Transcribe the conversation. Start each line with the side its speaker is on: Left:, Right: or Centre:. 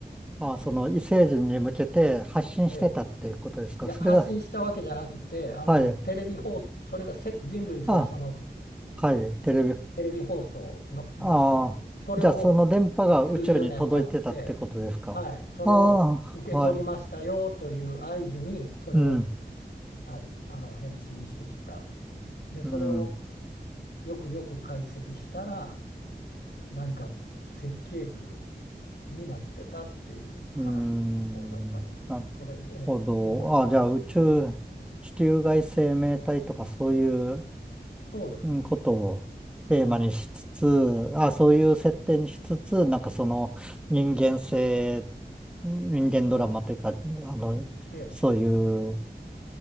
Centre: あ、その異星人に向けて発信してたっていうことですか。
Left: ええ、いや発信したわけじゃなくてあのテレビ放送それがせ人類最初の
Centre: それが、はい、あ、はい、テレビ、
Left: テレビ放送のだったんですそれを
Centre: ああ、じゃあその電波が宇宙に届いてたってことですか。
Left: 数十年経ってはいそれを受け取りましたよという合図にそれを、
Centre: ああ、はい、うん、
Left: はい、あの返信してきたでそれを
Centre: うん、
Left: よくよく解析したら何かの設計図になってたっていう話です大雑把に言うとそれ、
Centre: うん、なる
Left: ええ、
Centre: ほど。
Left: その、
Centre: あ、じゃあ宇宙、
Left: はい、
Centre: 地球外生命体とかそういう
Left: そうですね
Centre: うんことをテーマにしつつ、
Left: はい。
Centre: あ、そういう設定にしつつ、なんかその人間性、人間ドラマというか、
Left: は
Centre: あの、
Left: い。ええ、
Centre: そういう、